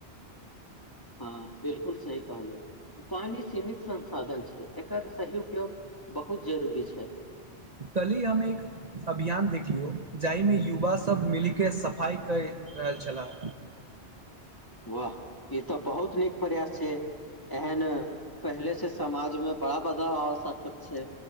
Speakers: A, on the left; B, on the right.
A: हँ बिल्कुल सही कहलहु पानि सीमित संसाधन छै एकर सही उपयोग बहुत जरूरी छै
B: कल्हि हम एक अभियान देख लियौ जाहिमे युवा सभ मिलके सफाइके रहल छलाह
A: वाह ई तऽ बहुत नीक प्रयास छै एहन पहले से समाज में बड़ा बदला आवश्यक छै